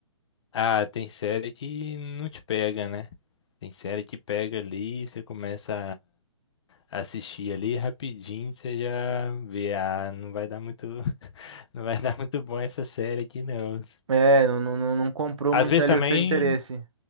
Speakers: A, on the left (about 60°); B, on the right (about 70°).
A: Ah, tem série que não te pega, né? Tem série que pega ali, você começa a assistir ali rapidinho, você já vê, ah, não vai dar muito, <laughs> não vai dar muito bom essa série aqui não.
B: É, não, não, não não comprou
A: Às
B: muito
A: vezes
B: ali
A: também,
B: o seu interesse.